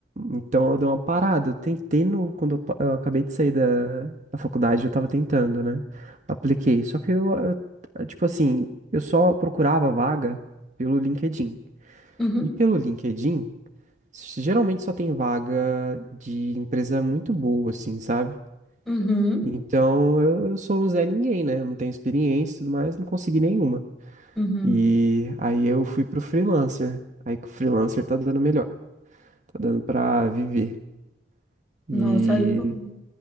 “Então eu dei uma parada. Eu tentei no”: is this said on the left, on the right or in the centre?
Right